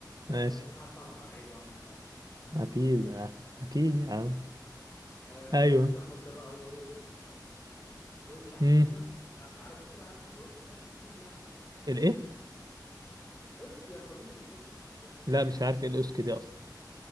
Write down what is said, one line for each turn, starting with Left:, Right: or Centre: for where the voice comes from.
Left: طيب
Right: ماشي
Left: انت صاحب صاحبك على عيبه اهم حاجه ما تصاحبش
Right: اكيد
Left: اللي في
Right: آه،
Left: اللي في
Right: اكيد يا عم
Left: آه
Right: ايوه
Left: صاحبك ده بقى هو ايه يعني هقول لك على حاجة. الاوسكي عندنا
Right: امم
Left: انت عارف اكيد عارف يعني ايه اوسكي يعني اكيد يعني
Right: الايه
Left: الاوسكي يا صديقي الاوسكي اوسكي
Right: لا
Left: اوسكي
Right: مش عارف ايه الاوسكي دي اصلا